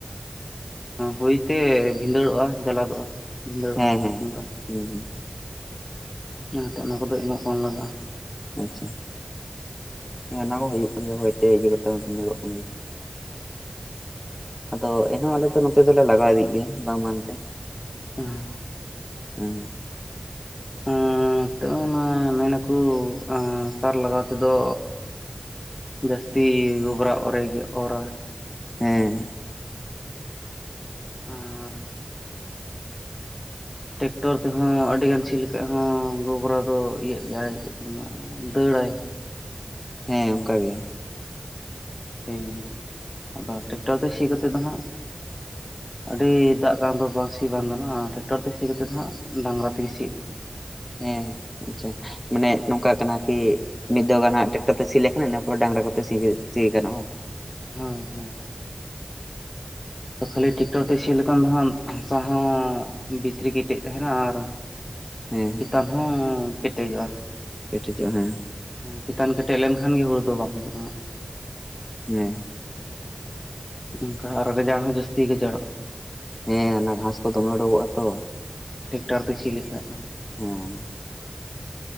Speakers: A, on the left; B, on the left.
A: ᱦᱚᱭᱛᱮ ᱵᱷᱤᱸᱫᱟᱹᱲᱚᱜᱼᱟ, ᱡᱟᱞᱟᱫᱚᱜᱼᱟ᱾ ᱵᱷᱤᱸᱫᱟᱹᱲᱚᱜᱼᱟ
B: ᱦᱮᱸ ᱦᱮᱸ
A: ᱚᱱᱠᱟ
B: ᱦᱩᱸ ᱦᱩᱸ
A: ᱚᱱᱟᱛᱮ ᱚᱱᱟ ᱠᱚᱫᱚ ᱮᱢᱚᱜ ᱵᱟᱝ ᱞᱟᱜᱟᱜᱼᱟ᱾
B: ᱟᱪᱪᱷᱟ ᱦᱮ ᱚᱱᱟ ᱢᱟ ᱦᱩᱭᱩᱜ ᱠᱟᱱ ᱜᱮᱭᱟ ᱦᱚᱭ ᱤᱭᱟᱹ ᱠᱟᱛᱮ ᱦᱚᱸ ᱵᱷᱤᱸᱫᱟᱹᱲᱚᱜ ᱠᱟᱱ ᱜᱮᱭᱟ᱾ ᱟᱫᱚ ᱮᱱᱦᱚᱸ ᱟᱞᱮ ᱫᱚ ᱱᱚᱛᱮ ᱫᱚᱞᱮ ᱞᱟᱜᱟᱣ ᱤᱫᱤᱭᱮᱜ ᱜᱮᱭᱟ ᱵᱟᱝ ᱵᱟᱝᱛᱮ᱾
A: ᱟᱨ
B: ᱦᱮᱸ
A: ᱱᱤᱛᱚᱜ ᱚᱱᱟ ᱢᱮᱱᱟᱠᱚ ᱥᱟᱨ ᱞᱟᱜᱟᱣ ᱛᱮᱫᱚ ᱡᱟᱹᱥᱛᱤ ᱜᱚᱵᱽᱨᱟ ᱚᱨ ᱜᱮ ᱚᱨᱟ
B: ᱦᱮᱸ
A: ᱟᱨ ᱴᱨᱟᱠᱴᱚᱨ ᱛᱮᱦᱚᱸ ᱟᱹᱰᱤ ᱜᱟᱱ ᱥᱤ ᱞᱮᱠᱷᱟᱡ ᱦᱚᱸ ᱜᱚᱵᱨᱟ ᱫᱚ ᱤᱭᱟᱹᱜ ᱜᱮᱭᱟ ᱪᱮᱫ ᱠᱚ ᱢᱮ ᱫᱟᱹᱲ ᱵᱟᱲᱟᱭ <unintelligible>
B: ᱦᱮᱸ ᱚᱱᱠᱟᱜᱮ
A: ᱦᱮᱭ ᱟᱫᱚ ᱴᱮᱠᱴᱟᱨ ᱛᱮ ᱥᱤ ᱠᱟᱛᱮᱫ ᱫᱚ ᱦᱟᱸᱜ
B: <inaudible>
A: ᱟᱹᱰᱤ ᱫᱟᱜ ᱠᱟᱱ ᱫᱚ ᱵᱟᱝ ᱥᱤ ᱵᱟᱝ ᱜᱟᱱᱚᱜ-ᱟ ᱴᱨᱟᱠᱴᱚᱨ ᱛᱮ ᱥᱤ ᱠᱟᱛᱮᱫ ᱫᱚ ᱦᱟᱸᱜ ᱰᱟᱝᱨᱟ ᱛᱮᱜᱮ ᱥᱤᱜ
B: ᱦᱮᱸ ᱟᱪᱪᱷᱟ ᱢᱟᱱᱮ ᱱᱚᱝᱠᱟ ᱠᱟᱱᱟ ᱠᱤ ᱢᱤᱫ ᱫᱟᱣ ᱜᱟᱱ ᱦᱟᱸᱜ ᱴᱮᱠᱴᱟᱨ ᱛᱮ ᱥᱤ ᱞᱮᱠᱷᱟᱱ ᱤᱱᱟᱹ ᱯᱚᱨᱮ ᱰᱟᱝᱨᱟ ᱠᱚᱛᱮ ᱥᱤ ᱥᱤ ᱜᱟᱱᱚᱜᱼᱟ ᱵᱟᱝ
A: ᱦᱳᱭ ᱦᱳᱭ ᱠᱷᱟᱹᱞᱤ ᱴᱮᱠᱴᱚᱨ ᱛᱮ ᱥᱤᱭ ᱞᱮᱠᱷᱟᱱ ᱫᱚ ᱦᱟᱜ ᱦᱟᱥᱟ ᱦᱚᱸ ᱵᱷᱤᱛᱨᱤ ᱠᱮᱴᱮᱡ ᱛᱟᱦᱮᱱᱟ ᱟᱨ
B: ᱦᱮᱸ
A: ᱪᱮᱛᱟᱱ ᱦᱚᱸ ᱠᱮᱴᱮᱡᱚᱜ-ᱟ
B: ᱠᱮᱴᱮᱡᱚᱜ ᱦᱮᱸ
A: ᱪᱮᱛᱟᱱ ᱠᱮᱴᱮᱡ ᱞᱮᱱᱠᱷᱟᱱ ᱜᱮ ᱦᱩᱲᱩ ᱫᱚ ᱵᱟᱝ ᱦᱩᱭᱩᱜ-ᱟ ᱦᱟᱜ
B: ᱦᱮᱸ
A: ᱚᱱᱠᱟ ᱟᱨᱚ ᱜᱟᱡᱟᱲ ᱦᱚᱸ ᱡᱟᱹᱥᱛᱤ ᱜᱮᱡᱟᱲᱚᱜ-ᱟ
B: ᱦᱮᱸ ᱚᱱᱟ ᱜᱷᱟᱥ ᱠᱚ ᱫᱚᱢᱮ ᱩᱰᱩᱠᱚᱜᱼᱟ ᱛᱚ
A: ᱴᱮᱠᱴᱟᱨ ᱛᱮ ᱥᱤ <unintelligible>
B: ᱦᱮᱸ